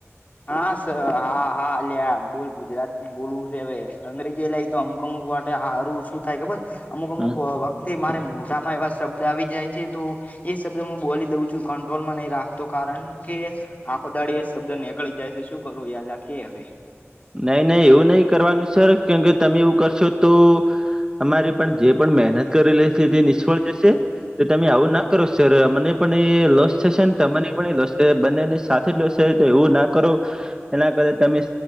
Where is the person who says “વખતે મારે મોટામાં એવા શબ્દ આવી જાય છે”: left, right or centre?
Left